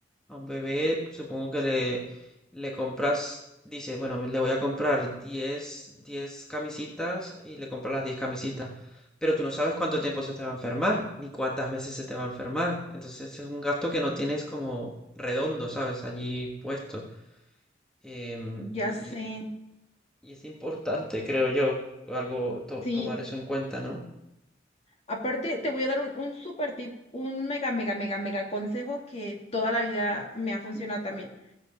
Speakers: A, in the centre; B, on the left.
A: a un bebé, supongo que le, le compras, dice, bueno, me- le voy a comprar diez diez camisitas y le compras las 10 camisitas. Pero tú no sabes cuánto tiempo se te va a enfermar, ni cuántas veces se te va a enfermar. Entonces es un gasto que no tienes como redondo, ¿sabes? Allí puesto. Em,
B: Ya
A: y,
B: sé,
A: y- y es importante, creo yo, algo to-
B: sí.
A: tomar eso en cuenta, ¿no?
B: Aparte, te voy a dar un, un super tip, un mega, mega, mega, mega consejo que toda la vida me ha funcionado también.